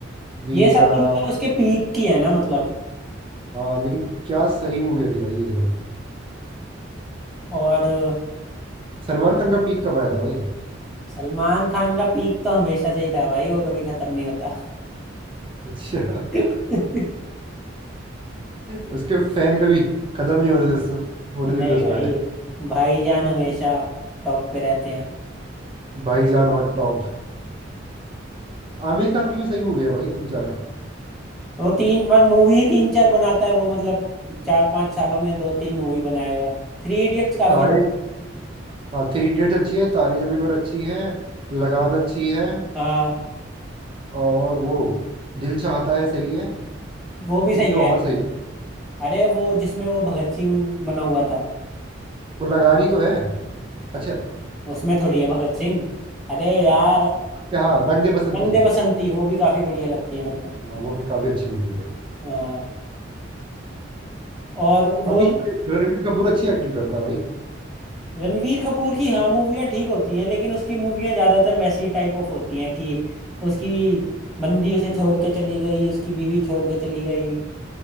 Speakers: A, on the right (about 25°); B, in the centre.
A: वीर
B: ये सब
A: जारा
B: तो मतलब उसके पीक की है ना मतलब
A: हाँ लेकिन क्या सही मूवी थी भाई ये तो
B: और
A: सलमान खान का पीक कब आया था भाई
B: सलमान खान का पीक तो हमेशा से ही था भाई वो कभी खत्म नहीं होता
A: अच्छा
B: <laughs>
A: <laughs> उसके फैन कभी खत्म नहीं होने देते होने
B: नहीं
A: देते उसको
B: भाई
A: है
B: भाईजान हमेशा टॉप पे रहते हैं
A: भाईजान और टॉप आमिर खान की भी सही मूवी है भाई तीन चार
B: वो तीन बार मूवी ही तीन चार बनाता है वो मतलब चार पांच सालों में दो तीन मूवी बनाएगा थ्री इडियट्स काफी
A: तारे
B: अच्छा
A: हाँ थ्री इडियट्स अच्छी है तारे जमीन पर अच्छी है लगान अच्छी है
B: हाँ
A: और वो दिल चाहता है सही है
B: वो भी सही
A: एक दो
B: है
A: और सही
B: अरे वो जिसमें वो भगत सिंह बना हुआ था
A: वो लगानी तो है अच्छा
B: उसमें थोड़ी है भगत सिंह अरे यार
A: हाँ रंग दे बसंती
B: रंग दे बसंती वो भी काफी बढ़िया लगती है मेरे को
A: हाँ वो भी काफी अच्छी मूवी है भाई
B: हाँ और वो
A: अभी तो रणबीर कपूर अच्छी एक्टिंग करता है भाई
B: रणवीर कपूर की हाँ मूवियाँ ठीक होती हैं लेकिन उसकी मूवियाँ ज्यादातर वैसी टाइप ऑफ होती हैं कि उसकी बंदी उसे छोड़ के चली गई उसकी बीवी छोड़ के चली गई